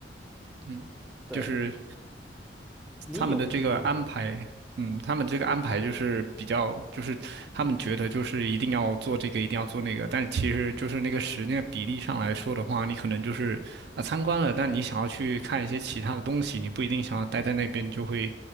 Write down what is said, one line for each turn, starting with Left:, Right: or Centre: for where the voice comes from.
Right: 嗯，
Centre: 对，
Right: 就是。
Centre: 你
Right: 他们的这个安排，
Centre: 有，嗯
Right: 嗯，他们这个安排就是比较，就是他们觉得就是一定要做这个，一定要做那个，但其实就是那个时间比例上来说的话，你可能就是啊、呃参观了，但你想要去看一些其他的东西，你不一定想要待在那边，就会